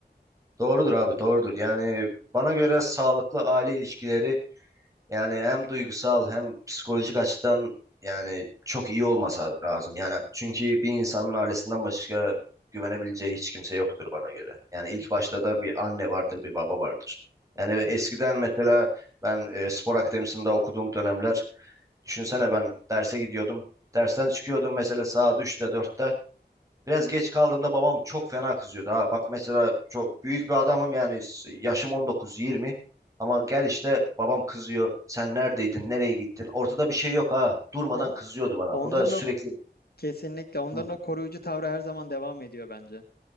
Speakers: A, on the right; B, on the left.
A: Doğrudur abi, doğrudur. Yani bana göre sağlıklı aile ilişkileri Yani hem duygusal hem psikolojik açıdan yani çok iyi olmasa lazım. Yani çünkü bir insanın ailesinden başka güvenebileceği hiç kimse yoktur bana göre. Yani ilk
B: Ke-
A: başta da bir anne vardır, bir baba vardır. Yani eskiden
B: ke-
A: mesela ben e, spor akademisinde okuduğum dönemler düşünsene ben derse gidiyordum. Dersten çıkıyordum mesela saat üçte dörtte. Biraz geç kaldığımda babam çok fena kızıyordu ha. Bak mesela çok büyük bir adamım yani s- yaşım 19-20 ama gel işte babam kızıyor. Sen neredeydin? Nereye gittin? Ortada bir şey yok ha. Durmadan
B: on-
A: kızıyordu bana.
B: Onların
A: Bu da sürekli
B: o kesinlikle onların
A: Hı.
B: o koruyucu tavrı her zaman devam ediyor bence.